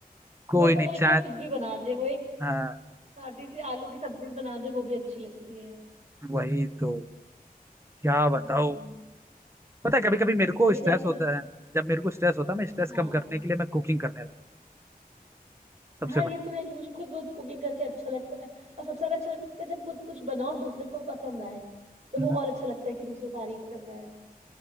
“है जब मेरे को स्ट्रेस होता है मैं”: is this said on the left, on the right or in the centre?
Right